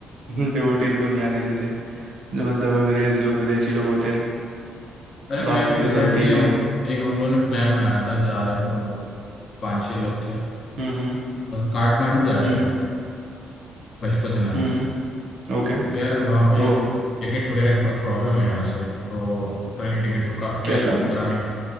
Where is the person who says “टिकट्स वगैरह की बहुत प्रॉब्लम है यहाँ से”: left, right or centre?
Left